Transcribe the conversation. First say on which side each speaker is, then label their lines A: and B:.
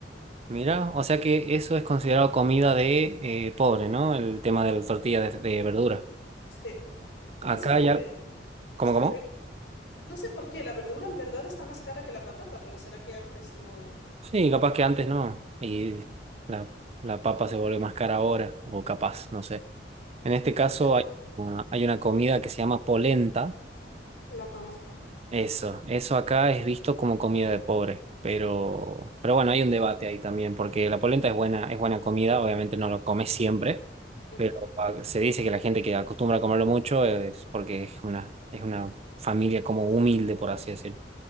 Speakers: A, on the right (about 35°); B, on the left (about 75°).
A: Mirá, o sea que eso es considerado comida de eh, pobre, ¿no? El tema de la tortilla de, de verdura.
B: Sí, no
A: Acá
B: sé por
A: ya,
B: qué,
A: ¿cómo,
B: está
A: cómo?
B: rico. No sé por qué, la verdura en verdad está más cara que la patata, pero será que antes no...
A: Sí, capaz que antes no. Y la, la papa se vuelve más cara ahora, o capaz, no sé. En este caso
B: Pero
A: hay una, hay una comida que se llama polenta.
B: la conozco.
A: Eso, eso acá es visto como comida de pobre. Pero, pero bueno, hay un debate ahí también, porque la polenta es buena, es buena comida, obviamente no lo comes siempre,
B: Ujú,
A: pero ah, se dice que la gente que acostumbra a comerlo mucho es porque es una, es una familia como humilde, por así decirlo.